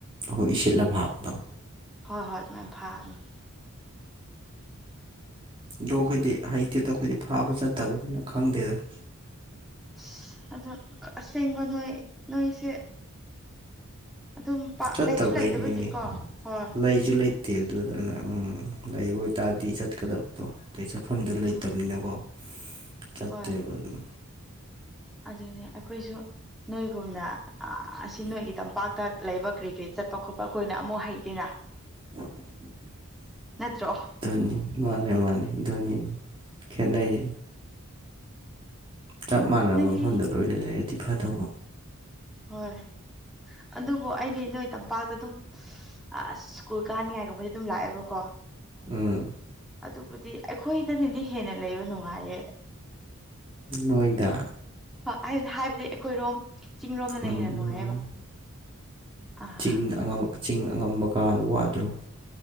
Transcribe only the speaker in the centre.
ꯍꯣꯏ ꯍꯣꯏ ꯑꯗꯨꯃꯥꯏ ꯐꯥꯕꯅꯦ
ꯑꯁ ꯑꯗꯣ ꯑꯁꯦꯡꯕ ꯅꯣꯏ ꯅꯣꯏꯁꯦ ꯑꯗꯨꯝ
ꯂꯩꯁꯨ ꯂꯩꯇꯕꯒꯤꯀꯣ ꯍꯣꯏ
ꯎꯝ
ꯍꯣꯏ
ꯑꯗꯨꯅꯦ ꯑꯩꯈꯣꯏꯁꯨ ꯅꯣꯏꯒꯨꯝꯅ ꯑꯁꯤ ꯅꯣꯏꯒꯤ ꯇꯝꯄꯥꯛꯇ ꯂꯩꯕ ꯀ꯭ꯔꯤꯀꯔꯤꯠ ꯆꯠꯄ ꯈꯣꯠꯄ ꯑꯩꯈꯣꯏꯅ ꯑꯃꯨꯛ ꯍꯩꯇꯦꯅ ꯅꯠꯇ꯭ꯔꯣ
ꯅꯣꯏꯗꯤ
ꯍꯣꯏ ꯑꯗꯨꯕꯨ ꯑꯩꯗꯤ ꯅꯣꯏ ꯇꯝꯄꯥꯛꯇ ꯑꯗꯨꯝ ꯑ ꯁ꯭ꯀꯨꯜ ꯀꯥꯅꯤꯡꯉꯥꯏꯒꯨꯝꯕꯗꯤ ꯑꯗꯨꯝ ꯂꯥꯛꯑꯦꯕꯀꯣ
ꯑꯗꯨꯕꯨꯗꯤ ꯑꯩꯈꯣꯏꯗꯅꯦꯗꯤ ꯍꯦꯟꯅ ꯂꯩꯕ ꯅꯨꯡꯉꯥꯏꯌꯦ
ꯍ ꯑꯩꯗꯤ ꯍꯥꯏꯕꯗꯤ ꯑꯩꯈꯣꯏꯔꯣꯝ ꯆꯤꯡꯔꯣꯝꯗꯅ
ꯍꯦꯟꯅ ꯅꯨꯡꯉꯥꯏꯌꯦꯕ ꯑꯥ